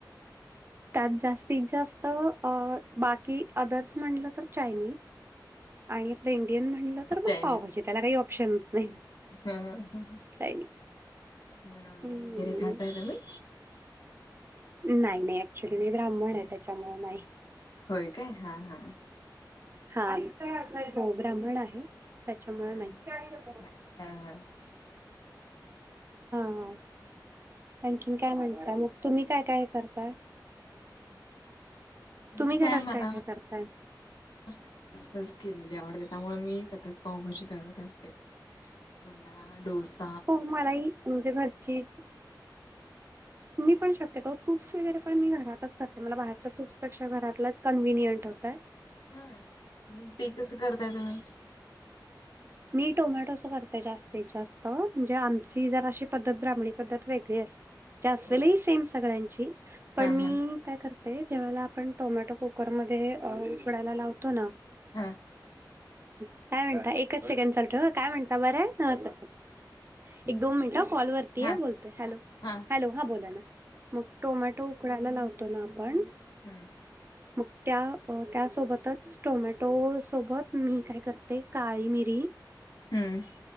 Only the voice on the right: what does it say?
त्यात जास्तीत जास्त अ अ बाकी अदर्स म्हणलं तर चायनीज आणि अस इंडियन म्हणटल तर
तर मग पावभाजी त्याला काही ऑप्शनच नाही
हम्म
नाही नाही.. ऍक्च्युली मी ब्राह्मण आहे त्याच्यामुळ नाही.
हा हो ब्राह्मण आहे त्याच्यामुळ
नाही.
हा हा.. आणखीन काय म्हणताय मग? तुम्ही काय काय करताय? तुम्ही
घरात
करताय?
हो मलाही म्हणजे घरचीच मी पण शक्यतो सूप्स वगैरे पण मी घरातच करतेे मला बाहेरच्या सूप्सपेक्षा घरातलाच कन्व्हिनियंट होतय.
मी टोमॅटोच करते जास्तीत जास्त म्हणजे आमची जराशी पद्धत ब्राम्हणी पद्धत वेगळी असते जे असेल
ही सेम सगळ्यांची पण
मी
काय करते ते ज्यावेळेला आपण टोमॅटो कुकर मध्ये अ उकडायला लावतो ना
काय म्हणता एकच सेकंड चालू ठेव काय म्हणता बरं आहे नमस्कार. एक दोन मिनिट कॉलवर तीये
बोलतोय हॅलो
हॅलो हा बोला ना मग टोमॅटो उकडायला लावतो ना आपण
मग त्या अ त्यासोबतच टोमॅटो सोबत मी काय करते काळी मिरी